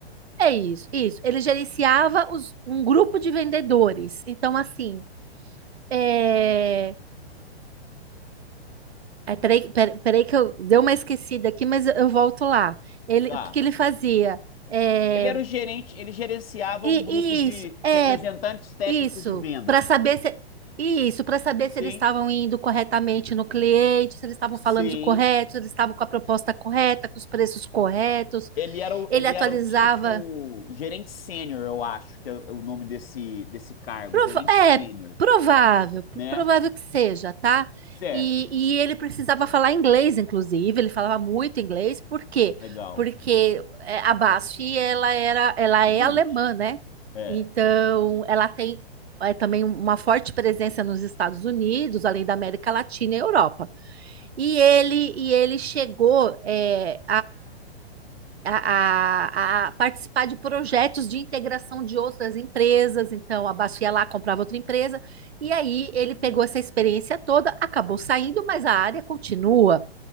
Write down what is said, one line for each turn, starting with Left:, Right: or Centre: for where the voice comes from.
Right: é isso, isso. Ele gerenciava os- um grupo de vendedores. Então, assim, é. É, peraí, pera- peraí que eu dei uma esquecida aqui, mas eu volto lá. Ele,
Left: Tá.
Right: o que que ele fazia? É,
Left: Ele era o gerente, ele gerenciava
Right: e,
Left: um grupo
Right: e
Left: de
Right: isso, é
Left: representantes técnicos
Right: isso,
Left: de vendas.
Right: para saber se isso, para saber
Left: Sim,
Right: se eles estavam indo corretamente no cliente, se eles estavam
Left: sei.
Right: falando do correto, se eles estavam com a proposta correta, com os preços corretos.
Left: Ele era o,
Right: Ele
Left: ele
Right: atualizava
Left: era o tipo gerente sênior, eu acho, que é o é o nome desse, desse cargo,
Right: Prova-
Left: gerente
Right: é
Left: sênior,
Right: provável, pro-
Left: né?
Right: provável que seja, tá?
Left: Certo.
Right: E, e ele precisava falar inglês, inclusive, ele falava muito inglês, por quê?
Left: Legal.
Right: Porque é, a Basf, ela era, ela
Left: Mamute.
Right: é alemã, né?
Left: É.
Right: Então, ela tem é, também uma forte presença nos Estados Unidos, além da América Latina e Europa. E ele, e ele chegou é, a, a, a participar de projetos de integração de outras empresas. Então, a Baço ia lá, comprava outra empresa, e aí ele
Left: Uhum.
Right: pegou essa experiência toda, acabou saindo, mas a área continua.